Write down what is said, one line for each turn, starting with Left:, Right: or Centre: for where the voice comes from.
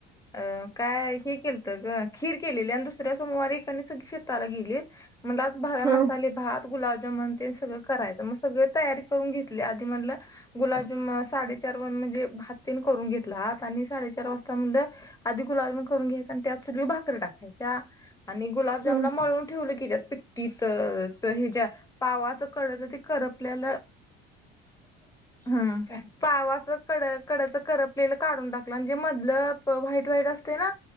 Left: अ काय हे केलत ग खीर केलेली आणि दुसऱ्या सोमवारी एकानी सगळी शेताला गेलीत म्हणल आज मसाले
Right: हा
Left: भात गुलाबजामन ते सगळं करायचं मग सगळ तयारी करून घेतली आधी म्हटलं गुलाबजाम साडेचार म्हणजे भाततेन करून घेतला आत आणि साडेचार वाजता म्हणलं आधी गुलालमी करूंन घ्यायचं आणि त्यांत संग भाकरी टाकायच्यां आणि गुलाबजांमनलां
Right: हम्म
Left: मळूंन ठेवलं की त्यांत पिट्टींत तरं हे ज्यां पावांच कडतं ते करपलेलां
Right: ह <unintelligible>
Left: हंम पावाचं कड कडचं करपलेलं काढूंन टाकलं म्हंजे मधलं व्हांईट व्हांईट असते नां